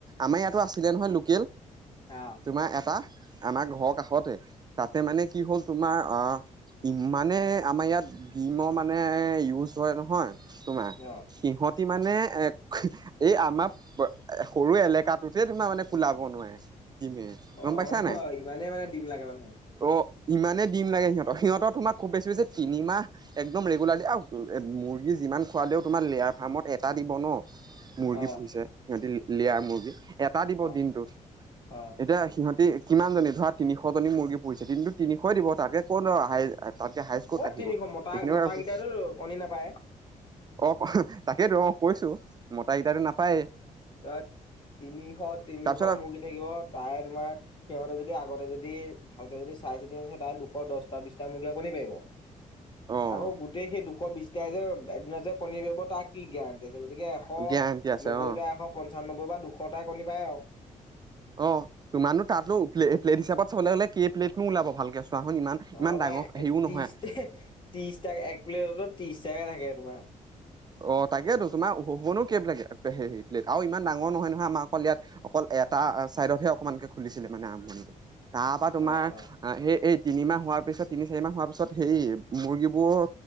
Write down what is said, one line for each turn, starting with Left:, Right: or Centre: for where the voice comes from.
Right: আমাৰ ইয়াতো আছিলে নহয় লোকেল।
Left: অ,
Right: তোমাৰ এটা আমাৰ ঘৰৰ কাষতে তাতে মানে কি হ'ল তোমাৰ আহ ইমানে আমাৰ ইয়াত ডিমৰ মানে ইউজ হয়, নহয় তোমাৰ
Left: অ
Right: সিহঁত মানে এ এই আমাৰ সৰু এলেকাটোতে তোমাৰ মানে কোলাব নোৱাৰে। <unintelligible>
Left: অ,
Right: নাই
Left: ইমানে মানে দিম লাগে মানুহক
Right: অ, ইমানেই দিম লাগে সিহঁতৰ সিহঁতৰ, তোমাক খুব বেছি যে তিনিমাহ। একদম ৰেগুলাৰলি আৰু মুৰ্গী যিমান খোৱালেও, তোমাৰ লেয়াৰ ফাৰ্মত এটা দিব ন, মুৰ্গী
Left: অ'
Right: পুহিছে সিহঁতি লয়াৰ মুৰ্গী এটা দিব
Left: অ'
Right: দিনটোত,
Left: অ'
Right: এতিয়া সিহঁতি কিমানজনী ধৰা তিনিশজনী মুৰ্গী পুহিছে, দিনটোত তিনিশ ই দিব তাতকৈ হাই তাতকে হাইচ ক'ত, আহিব
Left: তিনিশ
Right: ন
Left: মতা
Right: সেইখিনি
Left: মতাকেইটাইতো
Right: আছে।
Left: কণী নাপায়
Right: অ, ক- তাকেইেতো অ, কৈছো মতা কেইটো নাপায়।
Left: তাত তিনিশ- তিনিশ
Right: তাৰপিছত
Left: মুৰ্গী থাকিব তাৰে তোমাৰ সিহঁতে যদি আগতে যদি ভালকে যদি চাই চিতি আনিছে তাহ দুশ দহটা, বিছটা মুূৰ্গা কণী পাৰিব।
Right: অ
Left: আকৌ গোটেই সেই দুশ বিশটাই যে, এদিন যে কণী দিব তাক কি গেৰাণ্টি আছে, গতিকে এশ
Right: গেৰাণ্টি আছে
Left: নব্বৈটা
Right: অ
Left: এশ পঞ্চান্ব্বৈ বা দুশটা কণী পাৰে আৰু।
Right: অ, তোমাৰনো তাত প্লেট হিচাপত চাবলৈ হ'লে কেই প্লেট নো ওলাব ভালকে চোৱাচোন ইমান
Left: অ, তোমাৰ
Right: ইমান ডাঙৰ হেৰিও
Left: ত্ৰিশ,
Right: নহয়
Left: ত্ৰিশ এক প্লেটো ত্ৰিশ টাকাই থাকে, তোমাৰ।
Right: অ, তাকেতো তোমাৰ হোনো কেব লাগে হেৰি প্লেট আৰু ইমান ডাঙৰ নহয়, নহয়, আমাৰ অকল ইয়াত। অকল এটা চাইদতহে অকমানকে খুলিছিলে মানে আৰম্ভণিটো তাৰ পৰা তোমাৰ
Left: অ' অ'
Right: সেই এই তিনিমাহ হোৱাৰ পিছত তিনি চাৰি মাহ হোৱাৰ পিছত সেই মুৰ্গীবোৰ